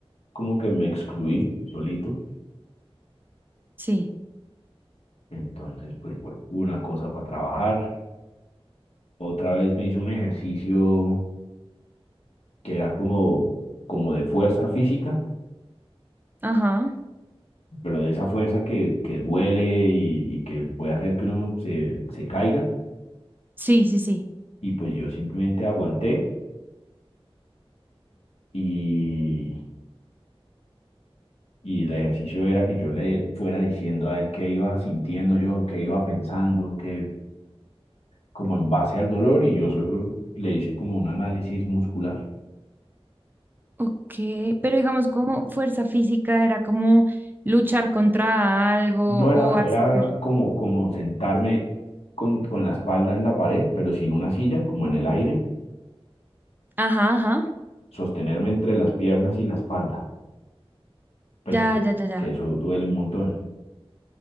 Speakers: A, on the left; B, on the right.
A: como que me excluí solito.
B: Sí.
A: Entonces, pues bueno, una cosa para trabajar. Otra vez me hice un ejercicio que era como, como de fuerza física
B: Ajá.
A: pero de esa fuerza que, que duele y, y que puede hacer que uno se, se caiga.
B: Sí, sí, sí.
A: Y pues yo simplemente aguanté y, y el ejercicio era que yo le fuera diciendo a él qué iba sintiendo yo, qué iba pensando, que como en base al dolor y yo solo le hice como un análisis muscular.
B: Ok, pero digamos como fuerza física era como luchar contra algo
A: No
B: o
A: era,
B: hacer...
A: era como, como sentarme con, con la espalda en la pared, pero sin una silla, como en el aire,
B: Ajá, ajá.
A: sostenerme entre las piernas y la espalda. pues
B: Ya,
A: que,
B: ya, ya, ya.
A: que eso duele un montón,